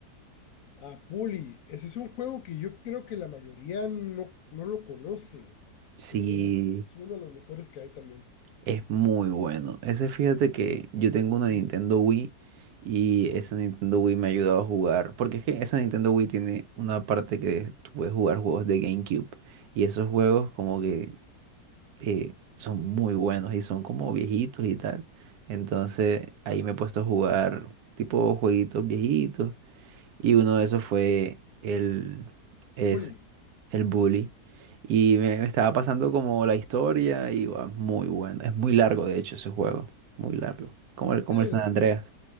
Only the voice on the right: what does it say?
Sí.
Es muy bueno. Ese, fíjate que yo tengo una Nintendo Wii y esa Nintendo Wii me ha ayudado a jugar, porque es que esa Nintendo Wii tiene una parte que tú puedes jugar juegos de GameCube y esos juegos como que eh, son muy buenos y son como viejitos y tal. Entonces ahí me he puesto a jugar tipo jueguitos viejitos y uno de esos fue el, ese,
el bully. Y me, me estaba pasando como la historia y guau, muy bueno. Es muy largo, de hecho, ese juego. Muy largo. Como el, como
el San Andreas.